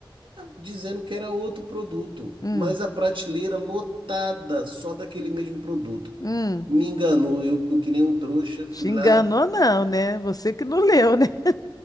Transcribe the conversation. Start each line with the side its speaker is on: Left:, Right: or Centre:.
Right: dizendo que era outro produto,
Left: Hum,
Right: mas a prateleira lotada só daquele mesmo produto.
Left: hum,
Right: Me enganou, eu que nem um trouxa, fui
Left: te
Right: lá,
Left: enganou não, né? Você que não leu, né? <laughs>